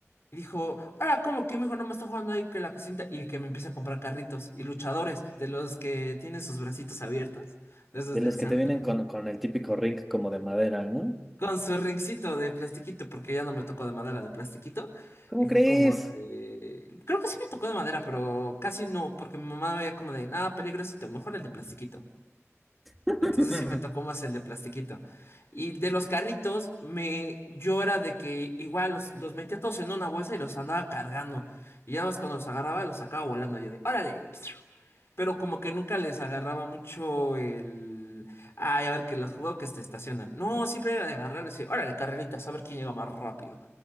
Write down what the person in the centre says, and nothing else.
De
los
que te vienen con, con el típico ring como de madera, ¿no?
¿Cómo
crees?
<laughs>